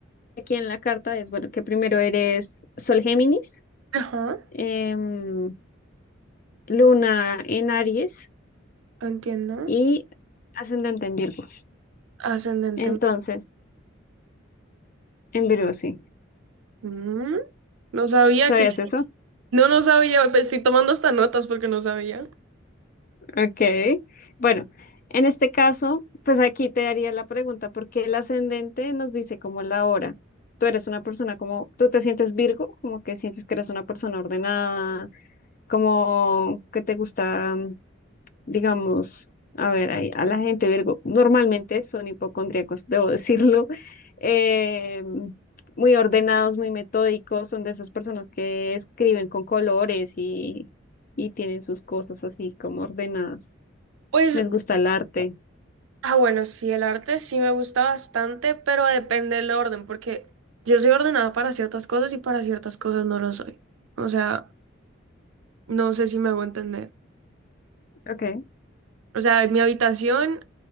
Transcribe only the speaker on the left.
aquí en la carta es, bueno, que primero eres Sol Géminis,
em, Luna en Aries
y ascendente en Virgo.
Entonces, en Virgo, sí.
¿Sabías
eso?
Ok, bueno, en este caso, pues aquí te haría la pregunta, porque el ascendente nos dice como la hora. Tú eres una persona como, tú te sientes Virgo, como que sientes que eres una persona ordenada, como que te gusta, mm, digamos, a ver, ahí, a la gente Virgo, normalmente son hipocondríacos, debo decirlo, <laughs> eh, muy ordenados, muy metódicos, son de esas personas que escriben con colores y, y tienen sus cosas así como ordenadas
les gusta el arte.
Ok.